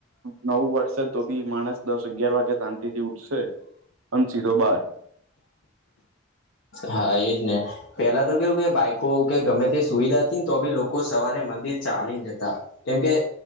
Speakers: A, on the right; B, on the left.
A: નવું વર્ષે તો બી માણસ દસ. અગિયાર વાગે શાંતિ થી ઉઠશે અન સીધો બાર.
B: હા એજ ને પેલા તો કેવું કે બાઈકો કે ગમે તે સુવિધા. તો બી લોકો સવારે મંદિર ચાલી જતા કેમકે.